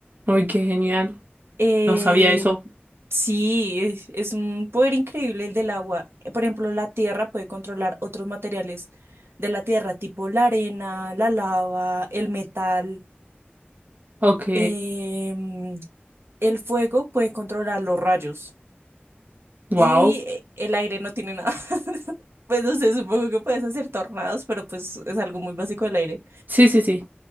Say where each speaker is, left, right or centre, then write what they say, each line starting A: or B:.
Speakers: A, on the right; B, on the right.
A: uy, qué genial.
B: Eh,
A: No sabía eso.
B: sí, es es un poder increíble el del agua. Eh, Por ejemplo, la tierra puede controlar otros materiales de la tierra, tipo la arena, la lava, el metal.
A: Ok,
B: Em, el fuego puede controlar los rayos.
A: wow.
B: y eh, el aire no tiene nada. <laughs> Pues no sé, supongo que puedes hacer tornados, pero pues es algo muy básico del aire.
A: Sí, sí, sí.